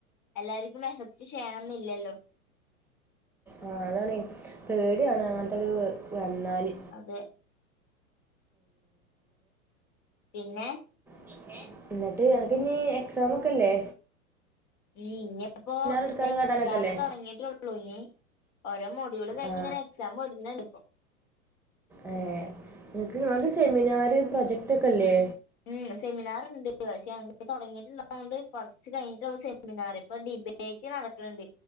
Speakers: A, on the left (about 35°); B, in the centre.
A: എല്ലാവർക്കും എഫക്ട് ചെയക്ഷ്യണം എന്നില്ലല്ലോ
B: ആഹ് അതാണ് പേടിയാണ് അങ്ങനത്തക്കെ വന്നാല്
A: അതെ പിന്നെ
B: പിന്നെ എന്നിട്ട് എനക്ക് ഇനി എക്സാം ഒക്കെല്ലേ
A: ഈ ഇനിപ്പോ
B: എടുക്കാനും
A: ഇപ്പ
B: കാട്ടാനൊക്കെ
A: ക്ലാസ്
B: അല്ലേ
A: തുടങ്ങിയിട്ടുള്ള <unintelligible> ഓരോ മോഡിയുള് കഴിഞ്
B: ആ
A: ഇങ്ങനെ എക്സാം <unintelligible> എടുക്കും
B: ഏഹ് നിക്ക് നിങ്ങക്ക് സെമിനാർ പ്രൊജക്ട് റ്റൊക്കെല്ലേ
A: മ്മ് സെമിനാറ് ഉണ്ട് പക്ഷെ <unintelligible> തുടങ്ങിട്ടുള്ളതുക കൊണ്ട് കുറച്ച് കഴിഞ്ഞിട്ടാവക സെമിനാർ ഇപ്പൊ ഡിബേറ്റ് നടക്കുന്നുണ്ട്